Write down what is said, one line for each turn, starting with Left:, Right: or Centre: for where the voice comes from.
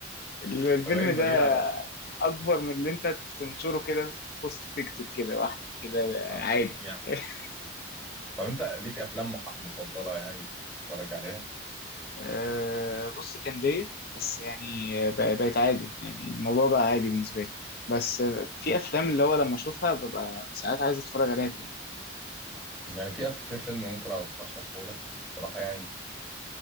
Left: الفيلم
Centre: فبقيت بغير
Left: ده
Centre: على
Left: اكبر من اللي انت تنشره كده في بوست تيك توك كده واحد كده
Centre: آه.
Left: عادي
Centre: يعني
Left: <laughs>
Centre: طب انت ليك افلام مح... مفضله يعني بتتفرج عليها
Left: أه بص كان ليا بس يعني بق- بقت عادي يعني الموضوع بقى عادي بالنسبه لي بس آه، في
Centre: بص
Left: افلام اللي هو لما اشوفها ببقى ساعات عايز اتفرج عليها تاني
Centre: يعني في أف- في فيلم ممكن ارشحه لك بصراحه يعني